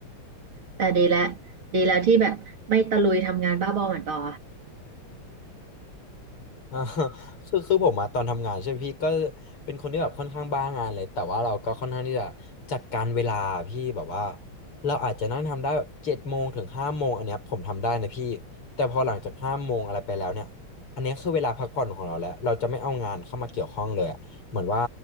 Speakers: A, on the right; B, on the left.
A: แต่ดีแล้วดีแล้วที่แบบไม่ตะลุยทำงานบ้าบอเหมือนปอ
B: อ่า <laughs> คือคือผมมาตอนทำงานใช่ไหมพี่ก็เป็นคนที่แบบค่อนข้างบ้างานเลยแต่ว่าเราก็ค่อนข้างที่จะจัดการเวลาพี่แบบว่าเราอาจจะนั่งทำได้แบบเจ็ดโมงถึงห้าโมงอันเนี้ยผมทำได้นะพี่แต่พอหลังจากห้าโมงอะไรไปแล้วเนี่ยอันเนี้ยคือเวลาพักผ่อนของเราแล้วเราจะไม่เอางานเข้ามาเกี่ยวข้องเลยอะเหมือนว่า